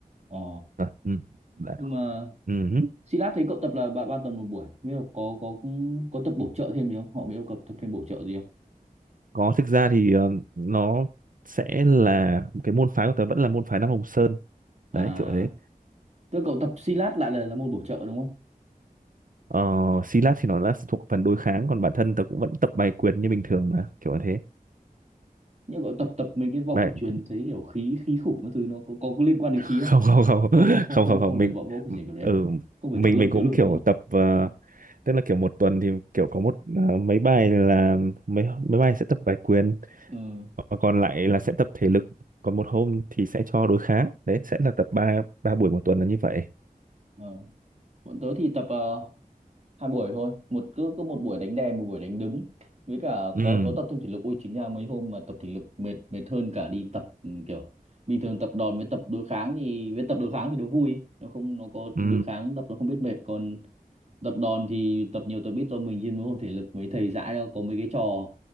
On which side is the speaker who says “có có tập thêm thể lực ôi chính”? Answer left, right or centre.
Right